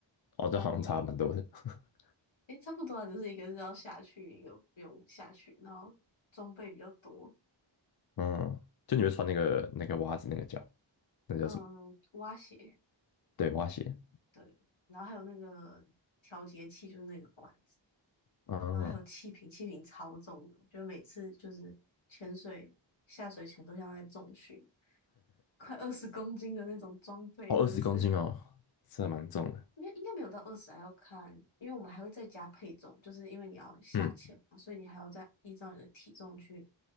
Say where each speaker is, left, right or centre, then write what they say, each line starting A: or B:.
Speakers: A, on the left; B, on the left.
A: 哦，这好像差蛮多的。
B: 哦、
A: <laughs>
B: 诶，差不多啊，就是一个是要下去，一个不用下去，然后装备比较多。
A: 嗯，就你会穿那个那个袜子那个脚，那叫什么？
B: 嗯，蛙鞋。
A: 对，蛙鞋。
B: 对，然后还有那个调节器，就是那个管子，
A: 嗯，
B: 然后还有气瓶，气瓶超重的，我觉得每次就是潜水下水前都像在重训，快二十公斤的那种装备，
A: 哦，
B: 真的是
A: 二十公斤哦，这蛮重的。
B: 没有应该没有到二十，还要看，因为我们还会再加配重，就是因为你要下潜嘛，
A: 嗯，
B: 所以你还要再依照你的体重去